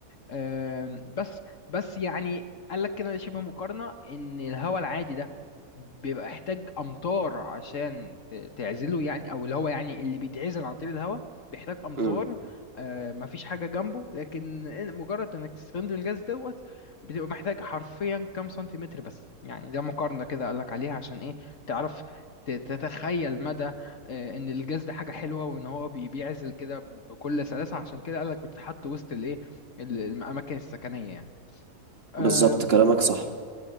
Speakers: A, on the left (about 60°); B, on the right (about 45°).
A: آم، بس بس يعني قال لك كده شبه مقارنة ان الهواء العادي ده بيبقى يحتاج امطار عشان ت- تعزله يعني او اللي هو يعني اللي بيتعزل عن طريق الهواء بيحتاج امطار
B: امم
A: آه، مفيش حاجة جنبه لكن إن- مجرد انك تستخدم الغاز دوت بتبقى محتاج حرفيا كام سنتيمتر بس يعني ده مقارنة كده قال لك عليها عشان ايه تعرف ت- تتخيل مدى آه، ان الجاز ده حاجة حلوة وان هو بي- بيعزل كده بكل سلاسة عشان كده قال لك بتتحط وسط الايه ال- الأماكن السكنية يعني أم،
B: بالظبط كلامك صح